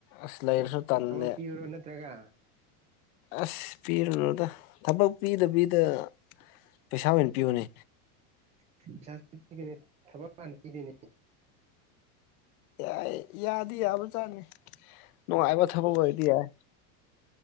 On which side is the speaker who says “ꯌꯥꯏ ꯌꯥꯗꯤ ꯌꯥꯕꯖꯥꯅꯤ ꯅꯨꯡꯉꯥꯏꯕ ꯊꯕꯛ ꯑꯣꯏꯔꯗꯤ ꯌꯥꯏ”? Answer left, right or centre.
Left